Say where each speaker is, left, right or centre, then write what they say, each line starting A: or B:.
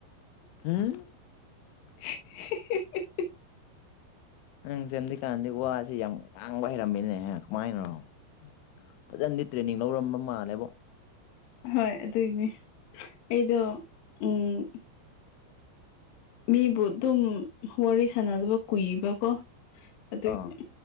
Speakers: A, on the left; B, on the left.
A: ꯎꯝ꯫
B: ꯍꯤ ꯍꯤ ꯍꯤ
A: ꯅꯪꯖꯦ ꯍꯟꯗꯛꯀꯥꯟꯗꯤ ꯋꯥꯁꯤ ꯌꯥꯝ ꯉꯥꯡꯕ ꯍꯩꯔꯝꯃꯦꯅꯦꯍꯦ ꯀꯃꯥꯏꯅꯔꯣ ꯐꯖꯟꯗꯤ ꯇ꯭ꯔꯦꯅꯤꯡ ꯂꯧꯔꯝꯕ ꯃꯥꯜꯂꯦꯕꯣ꯫
B: ꯍꯣꯏ ꯑꯗꯨꯏꯅꯦ ꯑꯩꯗꯣ ꯎꯝ ꯃꯤꯕꯨ ꯑꯗꯨꯝ ꯋꯥꯔꯤ ꯁꯥꯟꯅꯗꯕ ꯀꯨꯏꯕꯀꯣ ꯑꯗꯨꯒꯤ
A: ꯑꯥ